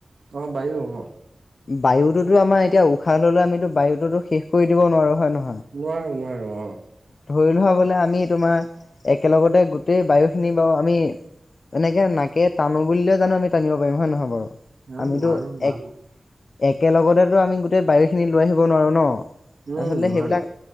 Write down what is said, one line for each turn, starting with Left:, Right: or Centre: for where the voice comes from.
Right: অ বায়ু, অ
Left: বায়ুততো আমাৰ এতিয়া উশাহ ললে আমিতো বায়ুতো শেষ কৰি দিব নোৱাৰো হয় নহয়।
Right: নোৱাৰো নোৱাৰো অ।
Left: ধৰি লোৱা বলে আমি তোমাৰ একেলগতে গোটেই বায়ুখিনি বাৰু আমি। এনেকে নাকে টানো বুলিলে জানো আমি টানিব পাৰিম জানো হয় নে নহয় বাৰু
Right: নোৱাৰো
Left: আমিতো
Right: নোৱাৰো।
Left: এক একেলগতেতো আমি গোটেই বাৰীখিনি লৈ আহিব নোৱাৰোঁ ন
Right: উম,
Left: আচলতে
Right: নোৱাৰো
Left: সেইবিলাক